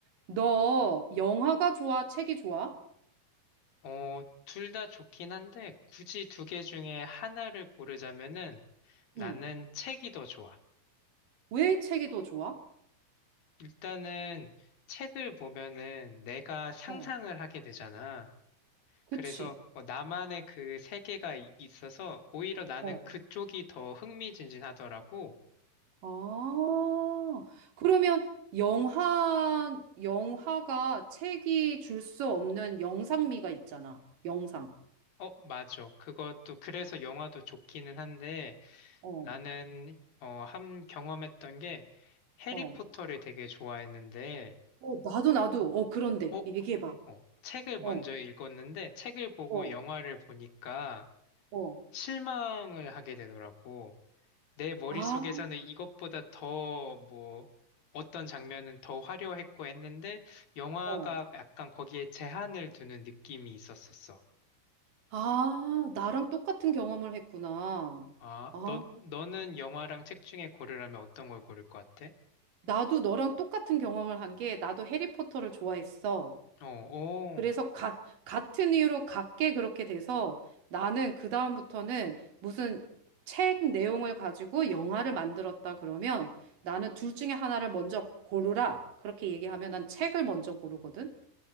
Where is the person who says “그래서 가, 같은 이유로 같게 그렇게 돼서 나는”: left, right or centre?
Right